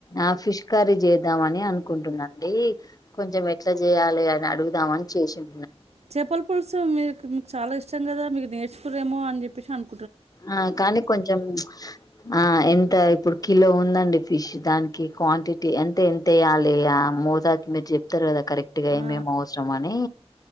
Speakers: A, on the left; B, on the right.
A: ఆ ఫిష్ కర్రీ చేద్దామ అని అనుకుంటున్నాండి కొంచెం ఎట్లా చేయాలి అని అడుగుదాం అని చేసిన
B: చేపల పులుసు మీకు చాలా ఇష్టం కదా మీకు నేర్చ స్తరే నేమో అని చెప్పేసి అన్
A: ఆ కానీ కొంచెం ఆ ఎంత ఇప్పుడు కిలో ఉందండి ఫిష్ దానికి క్వాంటిటీ ఎంత ఎంతెయ్యాలే ఆ మోతాజ మీరు చెప్తారు కదా కరెక్ట్ గా
B: ఆ,
A: ఏమెమ్ అవసరం అని